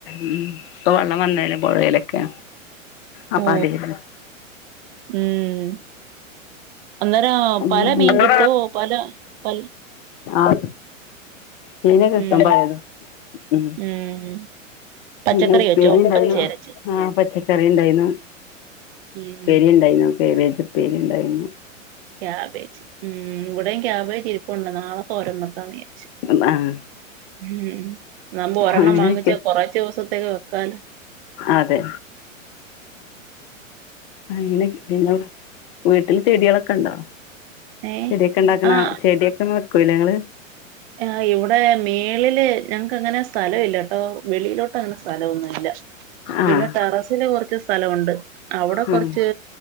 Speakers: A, on the left; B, on the right.
A: ഉ ഇപ്പൊ വെള്ളം വന്നെല പുഴയിലൊക്കെ അപ്പൊ
B: ഓ
A: അതേരുന്നു
B: ഉം അന്നേരം
A: അങ്ങനെ
B: പല മീൻ കിട്ടോ പല പല
A: ആഹ മീനകിട്ടും
B: ഉം
A: പലത് ഉ
B: ഉം പച്ചക്കറി
A: പിന്നെ ഉപ്പേരിണ്ടായി
B: വെച്ചോ പച്ചയരച്ച്
A: ആഹ പച്ചക്കറി ഉണ്ടായിന്ന
B: ഉം
A: പേരി ഉണ്ടായിരുന്നുക്കെബേജ പേരി ഉണ്ടായിരുന്നു
B: ക്യാബേജ്ഉ ഇവിടെയും ക്യാബേജ് ഇരിപ്പണ്ട് നാളെ തോരൻ വയ്ക്കാന്ന് വിചാരിച്ച്
A: അ ആഹ്
B: ഉം നമ്മ ഒരെണ്ണം
A: അങ്ങനെയൊക്കെ
B: വാങ്ങിച്ചാ കൊറച്ച ദിവസത്തേക്ക് വെക്കാല
A: അതെ അങ്ങനെ പിന്നെ വീട്ടില് ചെടികളൊക്കെ ഇണ്ടോ
B: ഏ
A: ചെടിയൊക്കെ ഇണ്ടാക്കുന്ന
B: ആഹ്
A: ചെടികളൊക്കെ വെക്കൂല്ല ങ്ങള്
B: ആഹ് ഇവിടെ മേളില് ഞങ്ങക്ക് അങ്ങനെ സ്ഥലം ഇല്ല കേട്ടോ വെളിയിലോട്ട് അങ്ങനെ സ്ഥലമൊന്നും ഇല്ല
A: ആഹ്
B: പിന്നെ ടെറസിലെ കുറച്ച് സ്ഥലമുണ്ട് അവിടെ
A: ആഹ്
B: കുറച്ച്